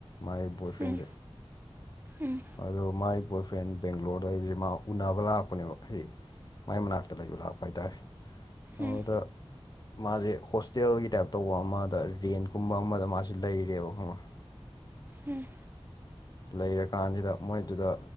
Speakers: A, on the left; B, on the right.
A: ꯃꯥꯏ ꯑꯩ ꯕꯣꯏꯐ꯭ꯔꯦꯟꯁꯦ
B: ꯎꯝ ꯎꯝ
A: ꯑꯗꯣ ꯃꯥꯏ ꯕꯣꯏꯐ꯭ꯔꯦꯟ ꯕꯦꯡꯒ꯭ꯂꯣꯔꯗ ꯂꯩꯕꯁꯤꯦ ꯃꯥ ꯎꯅꯕ ꯂꯥꯛꯄꯅꯦꯕ ꯑꯩ ꯃꯥꯏ ꯃꯅꯥꯛꯇ ꯂꯩꯕ ꯂꯥꯛꯄ ꯍꯥꯏꯇꯥꯔꯦ ꯑꯗꯨꯗ
B: ꯎꯝ
A: ꯃꯥꯁꯦ ꯍꯣꯁꯇꯦꯜꯒꯤ ꯇꯥꯏꯞ ꯇꯧꯕ ꯑꯃꯗ ꯔꯦꯟꯀꯨꯝꯕ ꯑꯃꯗ ꯃꯥꯁꯤ ꯂꯩꯔꯦꯕ ꯈꯪ
B: ꯎꯝ
A: ꯂꯩꯔꯀꯥꯟꯁꯤꯗ ꯃꯣꯏꯗꯨꯗ